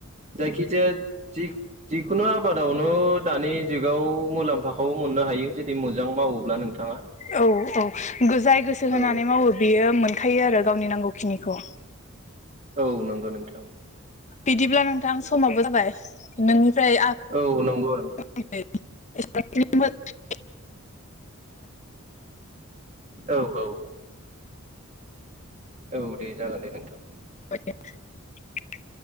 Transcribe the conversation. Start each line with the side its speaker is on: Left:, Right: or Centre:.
Right: जायखिजाया जि -जिखुनु आबादावनो दानि जुगाव मुलाम्फा खौ मोननो हायो जुदि मोजां मावोब्ला नोंथाङा।
Left: औ औ जाय गोसो होनानै
Right: औ।
Left: मावो बेयो मोनखायो आरो गावनि नांगौखिनिखौ।
Right: औ नोंगौ नोंथां।
Left: बिदिब्ला नोंथां समाबो जाबाय नोंनिफ्राय
Right: औ नोंगो
Left: <unintelligible>
Right: औ औ। औ दे जागोन दे नोंथां।
Left: <unintelligible>